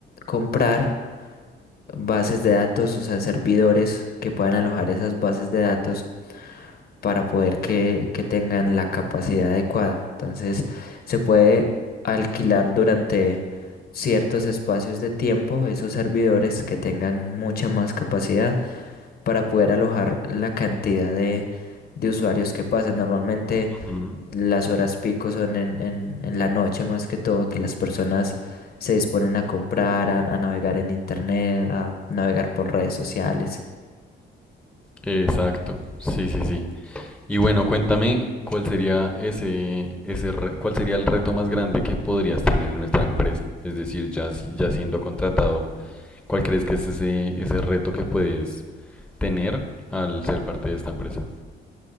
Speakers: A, on the left (about 50°); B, in the centre.
A: comprar bases de datos, o sea, servidores que puedan alojar esas bases de datos para poder que, que tengan la capacidad adecuada. Entonces, se puede alquilar durante ciertos espacios de tiempo esos servidores que tengan mucha más capacidad para poder alojar la cantidad de, de usuarios que pasen. Normalmente
B: ujú.
A: las horas pico son en, en, en la noche más que todo, que las personas se disponen a comprar, a, a navegar en internet, a navegar por redes sociales.
B: Exacto, sí, sí, sí. Y bueno, cuéntame cuál sería ese, ese re- cuál sería el reto más grande que podrías tener en nuestra empresa. Es decir, ya, si- ya siendo contratado, ¿cuál crees que es ese, ese reto que puedes tener al ser parte de esta empresa?